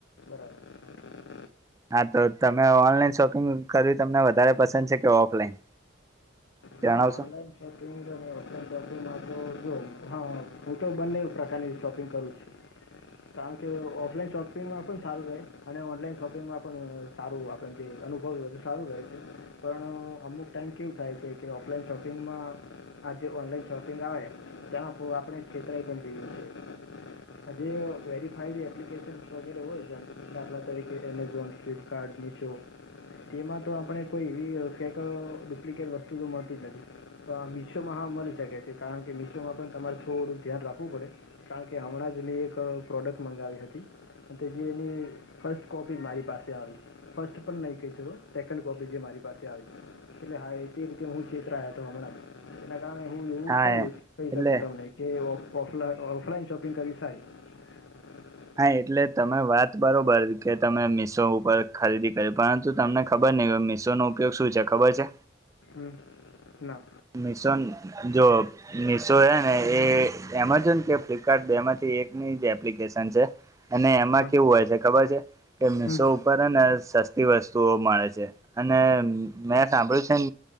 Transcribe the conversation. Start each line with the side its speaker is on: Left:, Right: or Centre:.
Left: ક <inaudible>
Right: હા તો તમે ઓનલાઈન શોપિંગ કરવી તમને વધારે પસંદ છે કે ઓફલાઈન ત
Left: હા
Right: <inaudible>
Left: ઓનલાઈન શોપિંગ અને ઓફલાઈન શોપિંગમાં તો જો હું તો બંને પ્રકારની શોપિંગ કરું હ છે <inaudible> કારણ કે ઓફલાઈન શોપિંગમાં પણ સારું રહે અને ઓનલાઈન શોપિંગમાં પણ સારું આપણ જે અનુભવ બધું સારું રહે છે પણ અમુક ટાઈમ કેવું થાય છે કે ઓફલાઈન શોપિંગમાં આજે ઓનલાઈન શોપિંગ આવે તેમાં ખૂબ આપણે છેતરાઈ પણ જઈએ છીએ. આ જે વેરીફાઈડ એપ્લિકેશન વગેરે હોય છે દાખલા તરીકે એમેઝોન ફ્લિપકાર્ટ મીશો તેમાં તો આપણે કોઈ એવી ફેકો ડુપ્લિકેટ વસ્તુ તો મળતી નથી.
Right: <unintelligible>
Left: મીશોમાં હા મળી શકે છે કારણ કે મીશોમાં પણ તમારે થોડુંક ધ્યાન રાખવું પડે કારણ કે હમણાં જ. ની એક પ્રોડક્ટ મંગાવી હતી. જે એની ફર્સ્ટ કોપી મારી પાસે આવી ફર્સ્ટ પણ નહી કહી શકો સેકન્ડ કોપી જે મારી એટલે હા એ રીતે હું. છેતરાયો હતો હમણાં એના કારણે હું એવું
Right: હા
Left: કહી
Right: એટલે
Left: શકું તમને કે ઓફલાઈન શોપિંગ કરવી સારી
Right: હા એટલે તમે વાત બરોબર કે તમે મિશો ઉપર ખરીદી કરી પરંતુ તમને ખબર નહિ હોય. મીશો નો ઉપયોગ શું છે ખબર છે.
Left: હમ. ના
Right: મિશન જો મિશો હે ને એ એમેઝોન કે ફ્લિપકાર્ટ બેમાંથી એકની એપ્લિકેશન છે. અને એમાં
Left: હા
Right: કેવું હોય છે ખબર છે કે મીશો
Left: હમ
Right: ઉપર હે ને સસ્તી વસ્તુઓ મળે છે અને મેં સાંભળ્યું છે એમ